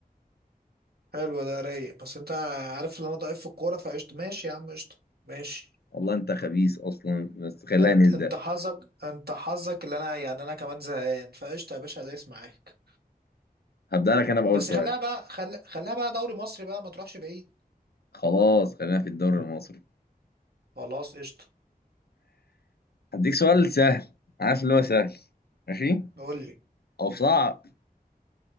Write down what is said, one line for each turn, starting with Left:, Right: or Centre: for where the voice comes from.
Right: حلو ده رايق بس انت عارف ان انا ضعيف في الكورة فقشط ماشي يا عم قشطة ماشي
Left: والله انت خبيث اصلا بس خلينا
Right: انت
Left: نبدأ
Right: انت حظك انت حظك اللي انا يعني انا كمان زهقان فقشطة يا باشا دايس معاك
Left: هبدأ لك انا بأول
Right: بس
Left: سؤال
Right: خليها بقى خل... خليها بقى دوري مصري بقى ما تروحش بعيد
Left: خلاص خلينا في الدوري المصري
Right: خلاص قشطة
Left: هديك سؤال سهل عارف اللي هو سهل ماشي
Right: قول لي
Left: او صعب